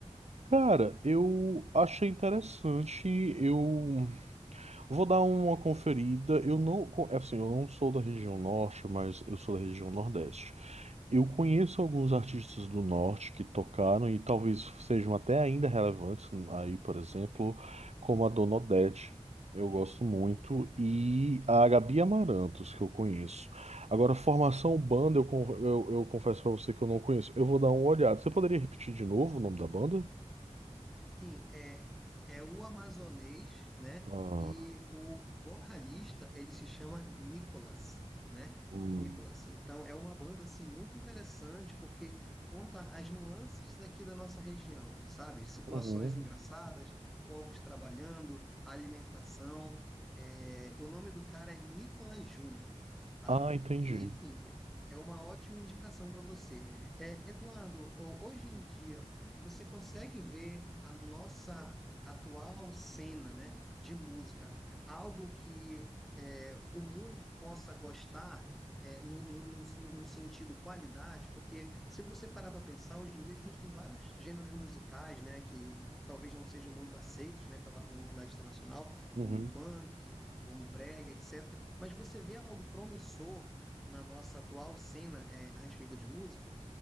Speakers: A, on the right; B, in the centre.
A: Cara, eu achei interessante, eu Vou dar uma conferida. Eu não, co- é assim, eu não sou da região norte, mas eu sou da região nordeste. Eu conheço alguns artistas do norte que tocaram e talvez sejam até ainda relevantes aí, por exemplo, como a Dona Odete. Eu gosto muito e a Gabi Amarantos que eu conheço. Agora, formação banda, eu, con- eu, eu confesso pra você que eu não conheço. Eu vou dar uma olhada. Você poderia repetir de novo o nome da banda?
B: Sim, é, é o amazonês, né?
A: Ah,
B: E o vocalista, ele se chama Nicolas, né?
A: hum.
B: Nicolas. Então, é uma banda, assim, muito interessante, porque conta as nuances daqui da nossa região, sabe? Situações
A: Uhum.
B: engraçadas, povos trabalhando, alimentação. É, o nome do cara é Nicolas Júnior, tá?
A: Ah, entendi.
B: E, enfim, é uma ótima indicação para você. É, Eduardo, ho- hoje em dia, você consegue ver a nossa atual cena, né, de música, algo que é, o mundo possa gostar é, no, no, no- no sentido qualidade, porque se você parar para pensar, hoje em dia a gente tem vários gêneros musicais, né, que talvez não sejam muito aceitos, né, pela comunidade internacional,
A: Uhum.
B: como funk, como brega, etc. Mas você vê algo promissor na nossa atual cena, é, a respeito de música?